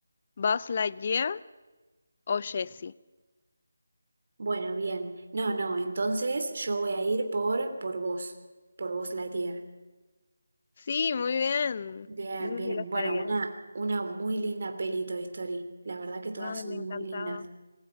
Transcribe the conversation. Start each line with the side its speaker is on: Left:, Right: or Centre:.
Left: Buzz Lightyear o Jessie.
Right: Bueno, bien. No, no, entonces yo voy a ir por, por vos, por vos Lightyear.
Left: Sí, muy bien.
Right: Bien,
Left: Eso
Right: bien.
Left: sí lo
Right: Bueno,
Left: sabía.
Right: una, una muy linda peli Toy Story. La verdad que todas
Left: Ay,
Right: son
Left: me encantaba.
Right: muy lindas.